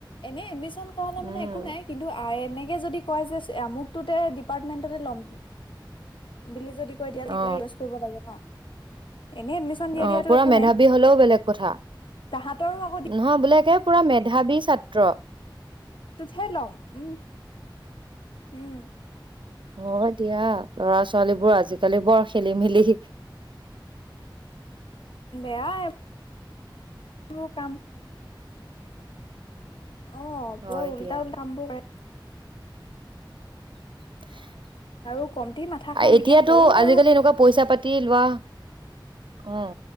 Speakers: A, on the left (about 80°); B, on the right (about 75°).
A: এনে এডমিশন কৰালে
B: উম
A: মানে একো নাই কিন্তু এনেকে যদি কৈছে যে আমুকটো দে ডিপাৰ্টমেন্টতে লম বুলি বুলি যদি। এতিয়া
B: অ
A: দিপেলাই ইউজ কৰিব লাগে ন এনেই এডমিশ্যন দিয়া
B: অ
A: দিয়াতো
B: পুৰা
A: একো
B: মেধাৱী
A: নাই।
B: বেলেগ কথা
A: তাহাঁতৰো আকৌ
B: নহয় বোলে কে, পুৰা মেধাৱী ছাত্ৰ,
A: তহে লম উম উম
B: হয় দিয়া লৰা ছোৱালীবোৰ আজিকালি বৰ খেলি মেলি।
A: বেয়া এ সো কাম অ
B: হয়
A: বৰ উল্টা
B: দিয়া
A: উল্টা কামবোৰ কৰে
B: <unintelligible>
A: আৰু কমঠি মাথা খাই
B: এতিয়াতো
A: নেকি এ সৰু সৰু
B: আজিকালি এনেকুৱা পইচা পাতি লোৱা উম।